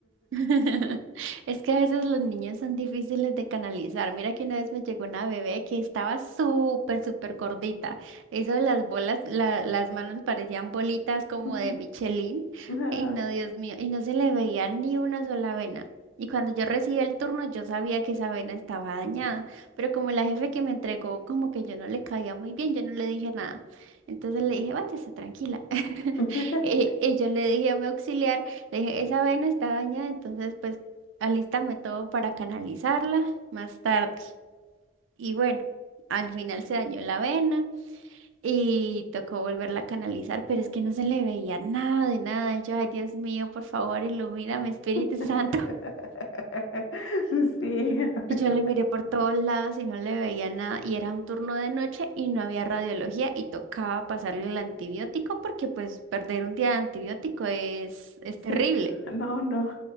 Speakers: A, on the right; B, on the left.
A: <laughs> Es que a veces los niños son difíciles de canalizar. Mira que una vez me llegó una bebé que estaba súper, súper gordita. Eso de las bolas, la- las manos parecían bolitas como
B: <laughs>
A: de Michelin.
B: Ah.
A: Ay, no, Dios mío. Y no se le veía ni una sola vena. Y cuando yo recibí el turno, yo sabía que esa vena estaba dañada. Pero como la jefe que me entregó, como que yo no le caía muy bien, yo no le dije nada. Entonces le dije, váyase tranquila. <laughs>
B: <laughs>
A: Y, y yo le dije a mi auxiliar. Le dije, esa vena está dañada, entonces pues alístame todo para canalizarla más tarde. Y bueno, al final se dañó la vena y tocó volverla a canalizar, pero es que no se le veía nada de nada. Y yo, ay Dios mío, por favor, ilumíname, Espíritu
B: <laughs>
A: Santo. <laughs>
B: Sí, <laughs>
A: Y yo le miré por todos lados y no le veía nada. Y era un turno de noche y no había radiología y tocaba pasarle el antibiótico porque pues perder un día de antibiótico es, es terrible.
B: sí, no, no.